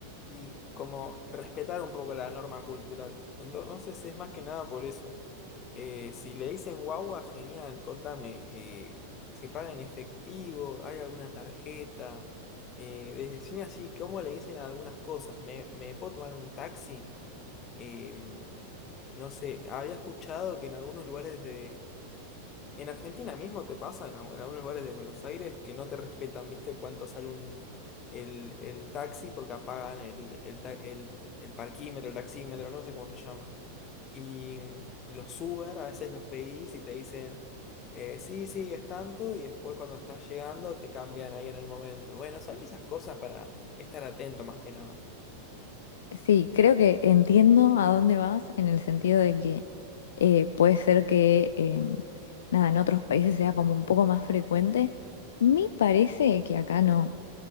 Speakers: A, on the left; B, on the left.
A: y como respetar un poco la norma cultural. Entonces es más que nada por eso. Eh, si le dicen guagua, genial, contame, eh, ¿se paga en efectivo? ¿Hay alguna tarjeta? Eh, de- decime así, ¿cómo le dicen a algunas cosas? ¿Me, me puedo tomar un taxi? Em, no sé, había escuchado que en algunos lugares de... En Argentina mismo te pasa, en, algu- en algunos lugares de Buenos Aires, que no te respetan, ¿viste? Cuánto sale un, el, el taxi porque apagan el, el, ta- el el parquímetro, el taxímetro, no sé cómo se llama. Y mm, los Uber a veces los pedís y te dicen, eh, sí, sí, es tanto, y después cuando estás llegando te cambian ahí en el momento. Bueno, son esas cosas para estar atento más que nada.
B: Sí, creo que entiendo a dónde vas en el sentido de que eh, puede ser que em, nada, en otros países sea como un poco más frecuente. Me parece que acá no.